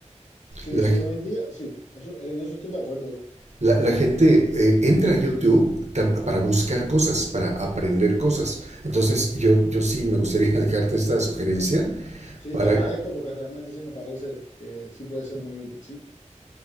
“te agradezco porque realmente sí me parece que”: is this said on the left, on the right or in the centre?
Left